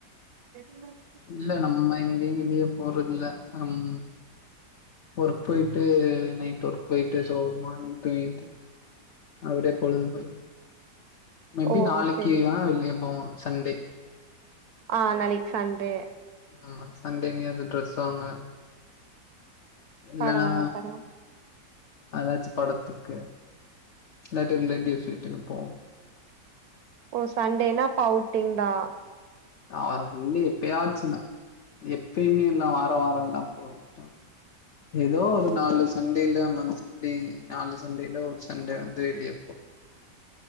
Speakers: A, on the right; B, on the left.
A: எதுன்னய்
B: இல்ல நம்ம இங்யு எங்கயு போறதுல அம் ஒர்க் போய்ட்டு நைட் ஒர்க் போய்ட்டு சோ மார்னிங் தூங்கிட்டு அவ்டே பொழுது போய் மெப்பி
A: ஓ
B: நாளைக்கியா
A: சரி
B: வெள் கேப்போ சண்டே
A: ஆ நாளைக் சண்டே
B: உம்ம சண்டேங்க அது ட்ரஸ் வாங்க இல்லனா
A: பரவால்ல பரவால்ல
B: அதாச்சு படத்துக்கு இல்லாட்டி ரிலேட்டிவ்ஸ் வீட்டுக்கு போவு
A: ஓ சண்டேனா அப்ப அவுட்டிங் தா
B: ஆ இன்னு எப்பயாச்சுதா எப்பயுமே எல்லா வார வாரல்லா போகு அ ஏதோ
A: ஓ
B: ஒரு நாலு சண்டையில மந்தத்லி நாலு சண்டையில ஒரு சண்டே வந்து வெளியப்போ